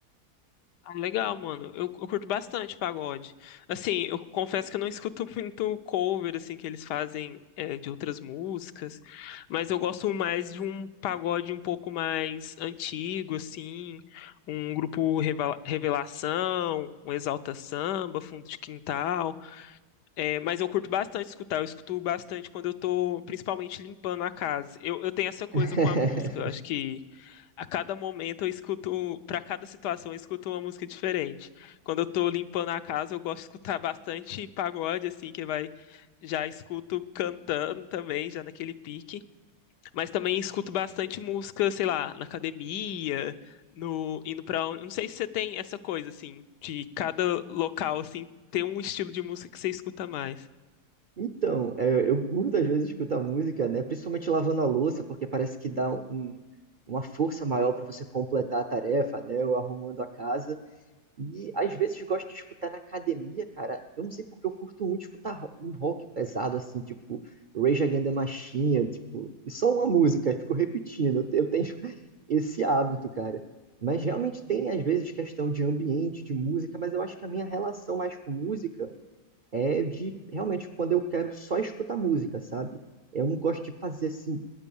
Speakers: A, on the left; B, on the right.
A: Ah, legal, mano. Eu, eu curto bastante pagode. Assim, eu confesso que eu não escuto <laughs> muito cover, assim, que eles fazem é, de outras músicas, mas eu gosto mais de um pagode um pouco mais antigo, assim, um grupo Reva- Revelação, um Exalta Samba, Fundo de Quintal. É, mas eu curto bastante escutar, eu escuto bastante quando eu tô, principalmente, limpando a casa. Eu, eu tenho essa coisa
B: <laughs>
A: com a música, eu acho que. a cada momento eu escuto, para cada situação eu escuto uma música diferente. Quando eu tô limpando a casa, eu gosto de escutar bastante pagode, assim, que vai, já escuto cantando também, já naquele pique. Mas também escuto bastante música, sei lá, na academia, no, indo para não sei se você tem essa coisa, assim, de cada local, assim, tem um estilo de música que você escuta mais.
B: Então, é, eu curto às vezes escutar música, né? Principalmente lavando a louça, porque parece que dá um- uma força maior para você completar a tarefa, né? Ou arrumando a casa. E às vezes gosto de escutar na academia, cara. Eu não sei porque eu curto muito escutar ro- um rock pesado, assim, tipo Rage Against the Machine, tipo, e só uma música, eu fico repetindo. Eu te- eu tenho <laughs> esse hábito, cara. Mas realmente tem às vezes questão de ambiente, de música, mas eu acho que a minha relação mais com música é de realmente quando eu quero só escutar música, sabe? Eu não gosto de fazer assim,